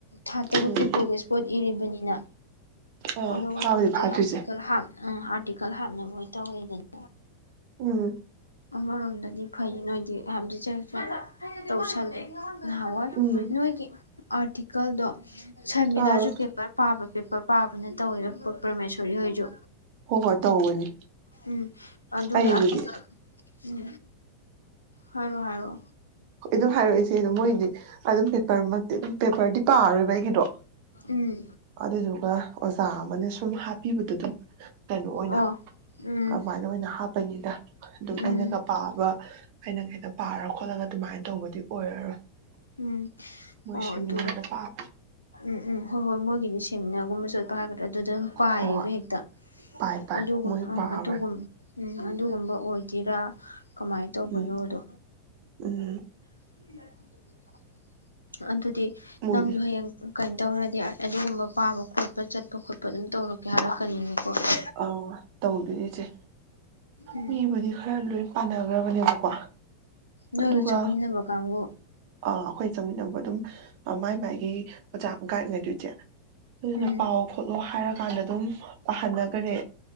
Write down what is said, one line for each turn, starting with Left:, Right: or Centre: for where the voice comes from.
Left: ꯊꯥ ꯇꯔꯨꯛꯀꯤ
Right: ꯎꯝ
Left: ꯄ꯭ꯔꯣꯒ꯭ꯔꯦꯁ ꯄꯣꯠ ꯏꯔꯤꯕꯅꯤꯅ
Right: ꯑꯥ
Left: ꯑꯣ
Right: ꯐꯥꯕꯗꯤ
Left: ꯅꯪ ꯍꯧꯖꯤꯛ
Right: ꯐꯥꯗ꯭ꯔꯤꯁꯦ
Left: ꯑꯥꯔꯇꯤꯀꯜ ꯍꯥꯥꯞ <unintelligible> ꯍꯥꯞꯅꯕꯣꯏ ꯑꯣꯏꯅ ꯇꯧꯔꯤꯗꯅ
Right: ꯎꯝ
Left: ꯑꯃꯔꯣꯝꯗ ꯗꯗꯤ ꯐꯩ ꯅꯣꯏꯗꯤ ꯍꯥꯏꯗꯤ <unintelligible> ꯇꯧꯁꯜꯂꯦ ꯅꯍꯋꯥꯏ
Right: ꯎꯝ
Left: ꯅꯣꯏꯒꯤ ꯑꯥꯔꯇꯤ ꯀꯜꯗꯣ ꯁꯔꯃꯤꯂꯥꯁꯨ
Right: ꯑꯥ
Left: ꯄꯦꯄꯔ ꯄꯥꯕ ꯄꯦꯄꯔ ꯄꯥꯕꯅ ꯇꯧꯋꯦꯔ ꯄ꯭ꯔꯃꯦꯁꯣꯔꯤ ꯍꯣꯏꯁꯨ
Right: ꯍꯣꯏ ꯍꯣꯏ ꯇꯧꯕꯅꯤ
Left: ꯎꯝ ꯑꯗꯨꯒꯤ
Right: ꯑꯩꯕꯨꯗꯤ
Left: ꯑꯥꯔꯇꯤꯀꯜ ꯎꯝ ꯍꯥꯏꯔꯣ ꯍꯥꯏꯔꯣ
Right: ꯍ ꯑꯗꯨꯝ ꯍꯥꯏꯔꯛꯏꯁꯦ ꯑꯗꯨꯝ ꯃꯣꯏꯗꯤ ꯑꯗꯨꯝ ꯄꯦꯄꯔꯃꯛꯇꯤ ꯄꯦꯄꯔꯗꯤ ꯄꯥꯔꯔꯣꯏꯕ ꯑꯩꯒꯤꯗꯣ
Left: ꯎꯝ
Right: ꯑꯗꯨꯗꯨꯒ ꯑꯣꯖꯥ ꯑꯃꯅ ꯁꯨꯝ ꯍꯥꯞꯄꯤꯕꯗꯨ ꯑꯗꯨꯝ ꯀꯩꯅꯣ ꯑꯣꯏꯅ
Left: ꯑꯣ ꯎꯝ
Right: ꯑꯗꯨꯃꯥꯏꯅ ꯑꯣꯏꯅ ꯍꯥꯞꯄꯅꯤꯗ ꯑꯗꯨꯝ
Left: ꯎꯝ
Right: ꯑꯩꯅꯒ ꯄꯥꯕ <unintelligible> ꯄꯥꯔ ꯈꯣꯠꯂꯒ ꯑꯗꯨꯃꯥꯏ ꯇꯧꯕꯗꯤ ꯑꯣꯏꯔꯔꯣꯏ
Left: ꯎꯝ
Right: ꯃꯣꯏ
Left: ꯑꯣ
Right: ꯁꯦꯃꯤꯅꯥꯔꯗ
Left: ꯑꯗꯨꯔꯣ
Right: ꯄꯥꯕ
Left: ꯎꯝ ꯎꯝ ꯍꯣꯏ ꯍꯣꯏ ꯃꯣꯏꯒꯤꯗꯤ ꯁꯤ <unintelligible> ꯑꯗꯨꯗ ꯗꯨꯝ ꯄꯥꯌꯦꯕ
Right: ꯍꯣꯏ
Left: ꯍꯦꯛꯇꯥ
Right: ꯄꯥꯏ ꯄꯥꯏ
Left: ꯑꯗꯨꯒ
Right: ꯃꯣꯏ
Left: ꯑꯝ
Right: ꯄꯥꯕꯅꯦ
Left: ꯑꯗꯨꯒꯝ ꯎꯝ ꯑꯗꯨꯒꯨꯝꯕ ꯑꯣꯏꯗꯤꯔꯥ ꯀꯃꯥꯏ ꯇꯧꯕꯅꯣꯗꯣ
Right: ꯎꯝ ꯎꯝ
Left: <inaudible> ꯑꯗꯨꯗꯤ
Right: ꯃꯣꯏꯗꯤ
Left: ꯅꯪꯁꯨ ꯍꯌꯦꯡ ꯀꯩꯅꯣ ꯇꯧꯔꯗꯤ ꯑꯗꯨꯒꯨꯝꯕ ꯄꯥꯕ ꯈꯣꯠꯄ ꯆꯠ ꯄ ꯈꯣꯠꯄ ꯑꯗꯨꯝ ꯊꯧꯔꯛꯀꯦ ꯍꯥꯏꯌꯣ <unintelligible>
Right: ꯑꯧꯎ ꯇꯧꯗꯣꯏꯅꯦ ꯏꯆꯦ
Left: ꯎꯝ
Right: ꯃꯤꯕꯨꯗꯤ ꯈꯔꯥ ꯂꯨꯏ ꯄꯥꯟꯅꯈ꯭ꯔꯕꯅꯦꯕꯀꯣ
Left: ꯅꯣꯏꯒ
Right: ꯑꯗꯨꯒ
Left: ꯆꯪꯃꯤꯟꯅꯕ ꯀꯥꯡꯒꯨ
Right: ꯑꯥ ꯑꯩꯈꯣꯏ ꯆꯪꯃꯤꯟꯅꯕ ꯑꯗꯨꯝ ꯃꯥꯏ ꯃꯥꯥꯏꯒꯤ ꯑꯣꯖꯥ ꯒꯥꯏꯗ ꯂꯩꯗꯣꯏꯁꯦ ꯑꯗꯨꯅ
Left: ꯎꯝ
Right: ꯄꯥꯎ ꯈꯣꯠꯂꯣ ꯍꯥꯏꯔꯛ ꯍꯥꯟꯅ ꯗꯨꯝ ꯄꯥꯍꯟꯅꯈꯔꯦ